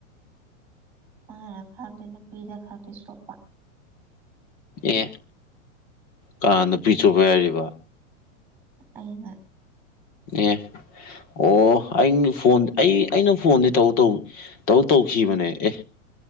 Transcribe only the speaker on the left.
ꯑꯦ ꯀꯅꯥ ꯅꯨꯄꯤ ꯆꯨꯞꯄꯦ ꯌꯥꯔꯤꯕ
ꯑꯦ ꯑꯣ ꯑꯩ ꯐꯣꯟ ꯑꯩ ꯑꯩꯅ ꯐꯣꯟꯗꯤ ꯇꯧ ꯇꯧ ꯇꯧ ꯇꯧꯈꯤꯕꯅꯦ ꯑꯦ